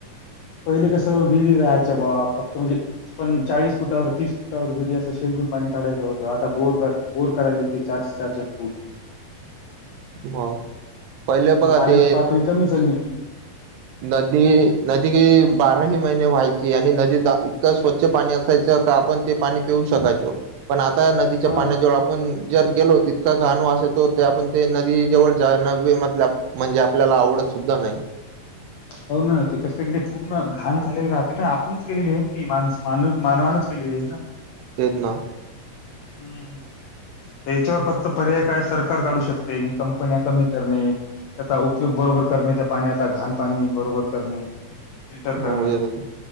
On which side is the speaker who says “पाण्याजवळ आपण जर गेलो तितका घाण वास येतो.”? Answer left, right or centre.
Right